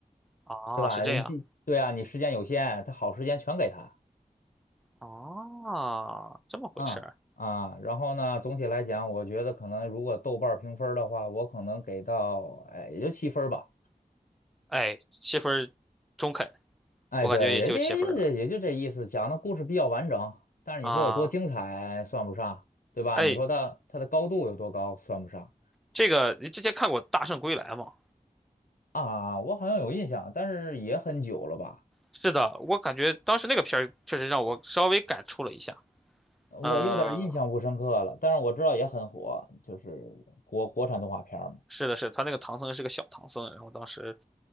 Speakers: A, in the centre; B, on the left.
A: 啊，
B: 对吧？
A: 是这样
B: 你这对啊，你时间有限，他好时间全给他，
A: 啊，这么回事儿。
B: 嗯啊。然后呢，总体来讲，我觉得可能如果豆瓣儿评分儿的话，我可能给到哎也就七分儿吧。
A: 哎，七分儿中肯，
B: 哎，
A: 我感觉也就七分儿了
B: 对，也也就这也就这意思，讲的故事比较完整，但是你说有多精彩算不上，
A: 啊。
B: 对吧？
A: 哎，
B: 你说它它的高度有多高算不上
A: 这个你之前看过《大圣归来》吗？
B: 啊？我好像有印象，但是也很久了吧，
A: 是的，我感觉当时那个片儿确实让我稍微感触了一下。
B: 呃我有点印象不深刻了。
A: 嗯、
B: 但是我知道也很火，就是国国产动画片儿嘛。
A: 是的，是他那个唐僧是个小唐僧，然后当时，